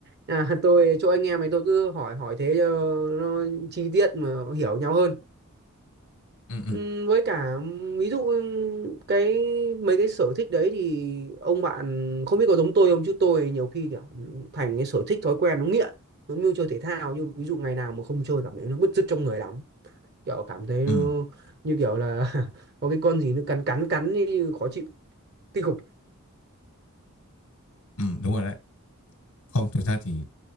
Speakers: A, on the right; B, on the left.
A: À, <laughs> tôi chỗ anh em này tôi cứ hỏi hỏi thế cho nó chi tiết mà hiểu nhau hơn.
B: ừ, ừ,
A: Ừm, với cả ví dụ cái mấy cái sở thích đấy thì ông bạn không biết có giống tôi không chứ tôi nhiều khi kiểu thành cái sở thích thói quen nó nghiện giống như chơi thể thao nhưng ví dụ ngày nào mà không chơi cảm thấy nó bứt rứt trong người lắm kiểu cảm thấy nó,
B: ừ,
A: như kiểu là <laughs> có cái con gì nó cắn cắn cắn như khó chịu kinh khủng
B: ừ, đúng rồi đấy không thực ra thì